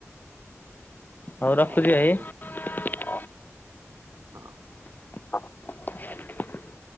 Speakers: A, on the left; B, on the right.
A: ହୋଉ
B: ଅ
A: ରଖୁଚି
B: ହଉ
A: ଭାଇ।
B: ହଁ।
A: <unintelligible>